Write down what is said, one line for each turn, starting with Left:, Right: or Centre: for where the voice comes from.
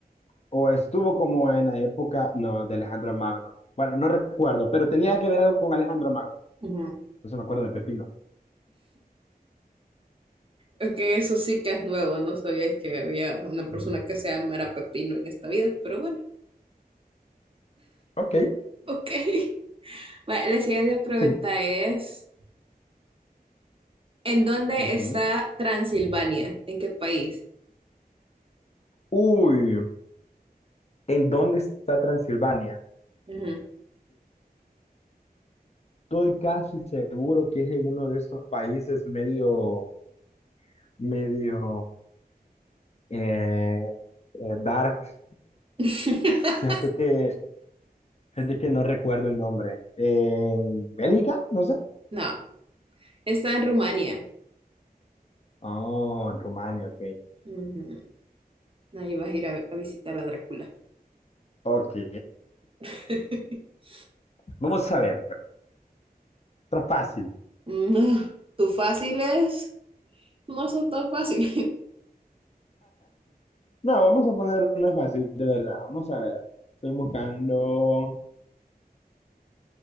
Left: o estuvo como en la época, no, de Alejandro Magno. Bueno, no recuerdo, pero tenía que ver algo con Alejandro Magno.
Right: Ujú.
Left: No me acuerdo de Pepino.
Right: Ok, eso sí que es nuevo. No sabía que había una persona que se llamara Pepino en esta vida, pero bueno.
Left: Ok.
Right: Ok. <laughs> Vale, la siguiente pregunta
Left: <laughs>
Right: es, ¿en dónde
Left: Ujú.
Right: está Transilvania? ¿En qué país?
Left: Uy, ¿en dónde está Transilvania?
Right: Ujú.
Left: Estoy casi seguro que es en uno de estos países medio, medio eh, eh, Dark,
Right: <laughs>
Left: fíjate que, fíjate que no recuerdo el nombre. ¿En Bélgica? No sé.
Right: No, está en Rumania.
Left: Oh, en Rumania, ok.
Right: Ujú. Ahí vas a ir a, a visitar a Drácula.
Left: Ok. <laughs>
Right: <laughs>
Left: Vamos a ver. Otra fácil.
Right: No, tus fáciles no son tan fáciles.
Left: No, vamos a poner una fácil, de verdad. Vamos a ver. Estoy buscando.